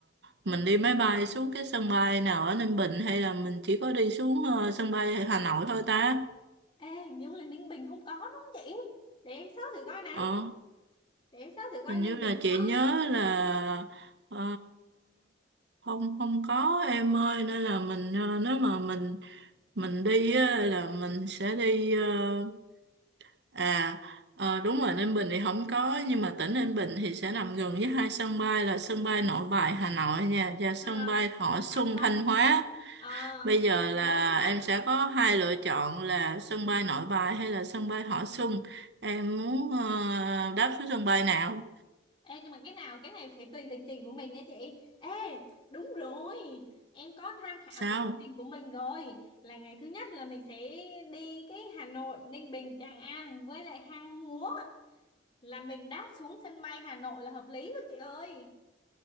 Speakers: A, on the right (about 60°); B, on the left (about 25°).
A: Mình đi máy bay xuống cái sân bay nào ở Ninh Bình Hay là mình chỉ có đi xuống ờ, sân bay Hà Nội thôi ta
B: ê hình như là Ninh Bình không có đúng không chị để em search thử coi nào
A: Ờ
B: để em search thử coi
A: hình
B: Ninh
A: như là
B: Bình
A: chị
B: có
A: nhớ là ờ, không không có em ơi nên là mình ờ, nếu mà mình mình đi á, là mình sẽ đi ờ, à ờ, đúng rồi Ninh Bình thì không có nhưng mà tỉnh Ninh Bình thì sẽ nằm gần với hai sân bay là sân bay Nội Bài Hà Nội nha và sân
B: à
A: bay Thọ Xuân
B: Thọ Xuân
A: Thanh Hóa
B: Ờ,
A: bây
B: em
A: giờ
B: cũng
A: là
B: mới search.
A: em sẽ có hai lựa chọn là sân bay Nội Bài hay là sân bay Thọ Xuân em muốn ờ, đáp xuống sân bay nào
B: Ê, nhưng mà cái nào cái này phải tùy lịch trình của mình nha chị. Ê, đúng rồi. Em có tham khảo
A: sao
B: cái lịch trình của mình rồi. Là ngày thứ nhất là mình sẽ đi cái Hà Nội, Ninh Bình, Tràng An với lại Hang Múa. Là mình đáp xuống sân bay Hà Nội là hợp lý luôn chị ơi.